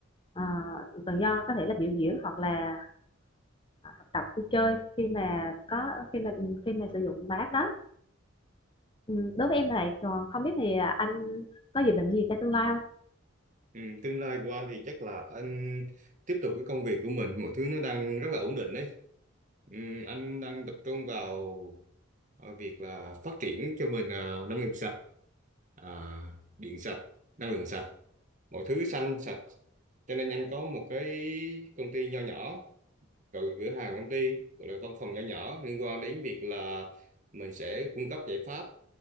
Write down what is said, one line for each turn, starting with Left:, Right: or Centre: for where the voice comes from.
Left: ờ, tự do có thể là biểu diễn hoặc là ờ, học tập đi chơi khi mà có khi mà khi mà sử dụng bài hát đó ừ, đối với em là vậy còn không biết thì anh có dự định gì cho tương lai không
Right: Ừ, tương lai của anh thì chắc là anh tiếp tục cái công việc của mình, mọi thứ nó đang rất là ổn định đấy. Ừ, anh đang tập trung vào ờ, việc là phát triển cho mình ờ, nông nghiệp sạch, à, điện sạch, năng lượng sạch, mọi thứ xanh sạch. Cho nên anh có một cái công ty nho nhỏ rồi cửa hàng công ty rồi văn phòng nhỏ nhỏ liên quan đến việc là mình sẽ cung cấp giải pháp